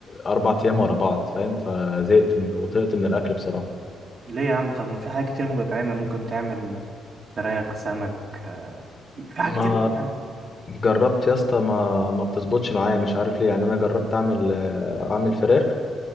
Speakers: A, on the left; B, on the right.
A: اربع ايام ورا بعض فاهم فزهقت وطقت من الاكل بصراحه
B: ليه يا عم طب ما في حاجات كتير ممكن تتعمل ممكن تعمل فراخ سمك آه، في
A: ما
B: حاجات كتير قوي يعني
A: جربت يا اسطى ما ما بتظبطش معايا مش عارف ليه يعني انا جربت اعمل آه، اعمل فراخ